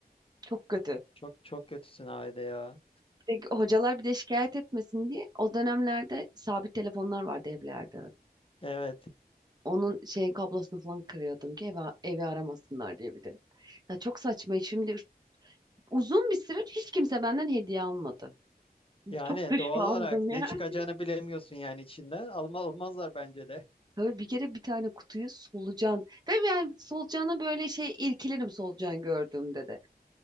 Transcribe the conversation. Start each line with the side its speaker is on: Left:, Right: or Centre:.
Right: Çok kötü.
Left: Çok çok kötüsün Ayda ya.
Right: Bir de hocalar bir de şikayet etmesin diye o dönemlerde sabit telefonlar vardı evlerde.
Left: Evet.
Right: Onun şey kablosunu falan kırıyordum ki evi, evi aramasınlar diye bir de. Ya çok saçma. Şimdi uzun bir süre hiç kimse benden hediye almadı.
Left: Yani
Right: Çok dışlandım
Left: doğal olarak
Right: yani.
Left: ne çıkacağını bilemiyorsun yani içinden. Alma, almazlar bence de.
Right: Tabii bir kere bir tane kutuyu solucan ve yani solucana böyle şey irkilirim solucan gördüğümde de.